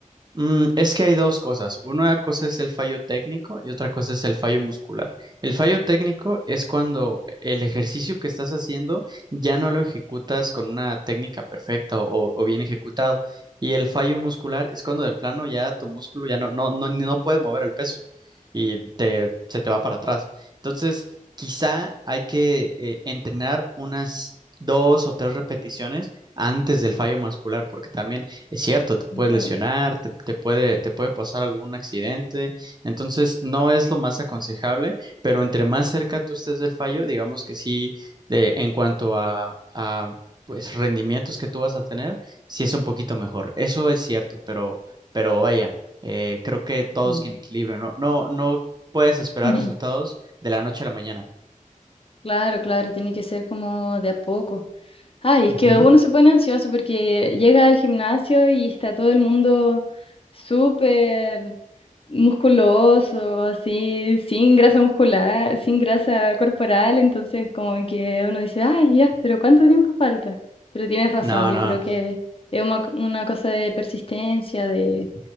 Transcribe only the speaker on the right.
Mm, es que hay dos cosas. Una cosa es el fallo técnico y otra cosa es el fallo muscular. El fallo técnico es cuando el ejercicio que estás haciendo ya no lo ejecutas con una técnica perfecta o, o bien ejecutado. Y el fallo muscular es cuando de plano ya tu músculo ya no, no, no, no puede mover el peso y te, se te va para atrás. Entonces, quizá hay que eh, entrenar unas dos o tres repeticiones antes del fallo muscular, porque también es cierto, te puedes
lesionar, te, te puede, te puede pasar algún accidente, entonces no es lo más aconsejable, pero entre más cerca tú estés del fallo, digamos que sí, de, en cuanto a, a, pues rendimientos que tú vas a tener, sí es un poquito mejor. Eso es cierto, pero, pero vaya, eh, creo que todo
es que en equilibrio, no, no, no puedes esperar
resultados de la noche a la mañana.
Ujú.
No,
no,